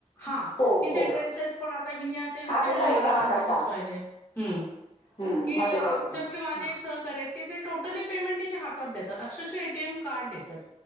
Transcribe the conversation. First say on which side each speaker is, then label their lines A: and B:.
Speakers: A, on the left; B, on the left.
A: हा
B: हो,
A: इथे
B: हो.
A: ड्रेसेस पण आता हि असे घातले
B: आतेताईपणा
A: म्हणून मला पण
B: करता.
A: तसेच पाहिजे हम
B: हम्म,
A: की
B: आतेताईपणा.
A: अक्षरशः माझे
B: हं.
A: एक सहकार्य आहेत की ते टोटली पायमेन्ट तिज्या हातात देतात अक्षरशः य टी यम कार्ड देतात